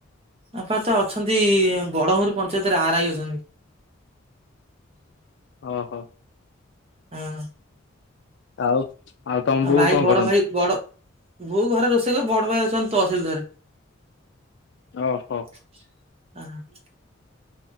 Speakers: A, on the right; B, on the left.
A: ବାପା ତ ଅଛନ୍ତି ବଡ ଘୁମୁରି ପଞ୍ଚାୟତରେ ଆରଆଇ ଅଛନ୍ତି।
B: ଓହୋ।
A: ଆଁ।
B: ଆଉ ଆଉ ତମ ବୋଉ
A: ଭାଇ
B: କଣ
A: ବଡ
B: କରନ୍ତି?
A: ଭାଇ ବଡ ବୋଉ ଘରେ ରୋଷେଇ କରେ ବଡ ଭାଇ ଅଛନ୍ତି ତହସିଲଦାର୍ ରେ।
B: ଓହୋ।
A: <unintelligible>